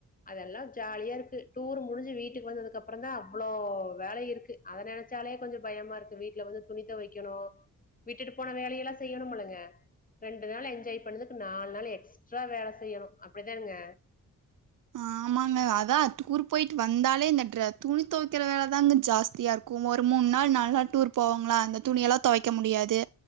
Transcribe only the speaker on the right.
ஆமாங்க அதா டூர் போயிட்டு வந்தாலே இந்த துணி துவைக்கிற வேலைதான்ங்க ஜாஸ்தியா இருக்கு ஒரு மூண நாள் நல்லா டூர் போவாங்களா அந்த துணியெல்லா துவைக்க முடியாது